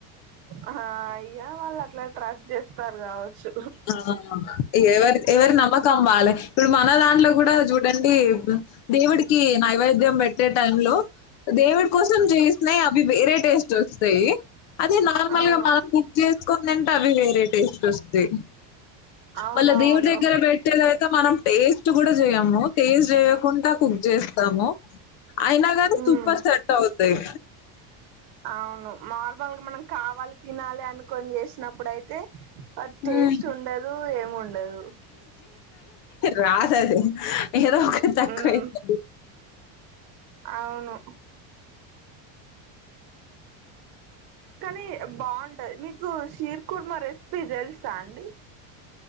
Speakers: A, on the right; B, on the left.
A: ఆహ్ ఈగా వాళ్ళు అట్లా ట్రస్ట్ చేస్తారు కావచ్చు.
B: ఆహ్ ఎవర్ ఎవరు నమకమ్ వాళ్ళకి. ఇప్పుడు మన దాంట్లో కూడా చూడండి ఇపుడ్ దేవుడికి నైవేద్. ద్యం పెట్టే టైమ్ లో దేవుడి కోసం జేసినై అవి వేరే టేస్ట్ ఓస్తయి. అదే నార్మల్
A: అవును
B: గా మనం కుక్ చేసుకునీ తింటే అవి వేరే టేస్ట్ ఓస్తయి.
A: అవునవును
B: మళ్ళ దేవుడు దగ్గర పెట్టేదైతే మనం టేస్ట్ కూడా చేయము టేస్ట్ చేయకుండ. కుక్ చేస్తాము అయినా కానీ
A: ఉమ్
B: సూపర్ సెట్ అవుతాయి.
A: అవును నార్మల్గా మనం కావాలి తినాలే అనుకోని చేసినప్పుడు అయితే. ఆహ్
B: హ్మ్.
A: టేస్ట్ ఉండదు ఏం ఉండదు.
B: రాద్ అది. ఏదొ ఒకటి తక్కువైతాది.
A: ఉమ్ అవును కానీ బాగుంటది మీకు షీర్ కుర్మ రెసిపీ తెల్సా అండి.